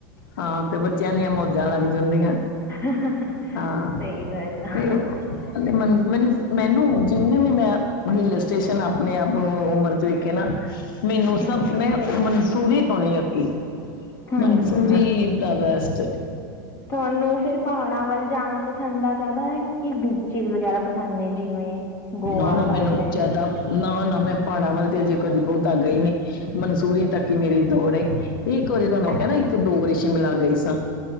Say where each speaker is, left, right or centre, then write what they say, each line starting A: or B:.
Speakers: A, on the left; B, on the left.
A: ਹਾਂ ਤੇ ਬੱਚੇਆਂ ਦੀਆਂ ਮੌਜਾਂ ਲੱਗ ਜਾਂਦੀਆਂ।
B: <inaudible>
A: ਹਾਂ,
B: ਸਹੀ ਗੱਲ ਆ
A: ਤੇ ਓ ਮੈਨੂੰ-ਮੈਨੂੰ, ਜਿੰਨੇ ਵੀ ਮੈਂ ਹਿੱਲ ਸਟੇਸ਼ਨ ਆਪਣੇ ਆਪ ਉਮਰ ਤਰੀਕੇ ਨਾ ਮੈਨੂੰ
B: ਹੂੰ
A: ਸਭ ਮੈਂ ਮਨਸੂਰੀ ਤੋਂ ਨੀ ਅੱਕੀ।
B: ਹੂੰ
A: ਮਨਸੂਰੀ ਦਾ ਬੈਸਟ
B: ਤੁਹਾਨੂੰ ਫੇਰ ਪਹਾੜਾਂ ਵੱਲ ਜਾਣਾ ਪਸੰਦ ਆ ਜਾਂਦਾ ਕਿ ਬੀਚਿਸ ਵਗੈਰਾ? ਪਸਾਨੇ ਜਿਵੇਂ ਗੋਆ
A: ਨੋ-ਨੋ
B: ਸਾਈਡ
A: ਮੈਨੂੰ ਜਾਅਦਾ
B: ਹੈ
A: ਨਾ-ਨਾ ਮੈਂ ਪਹਾੜਾਂ ਵੱਲ ਤੇ ਅਜੇ ਕਦੀ ਬੋਤਾ ਗਈ ਨਈ, ਮਨਸੂਰੀ ਤੱਕ ਈ ਮੇਰੀ ਦੌੜ ਏ। ਇੱਕ ਵਾਰੀ ਤੁਆਨੂੰ ਕੈਣਾ
B: ਅੱਛਾ
A: ਇੱਕ ਦੋ ਵਾਰੀ ਸ਼ਿਮਲਾ ਗਈ ਸਾਂ,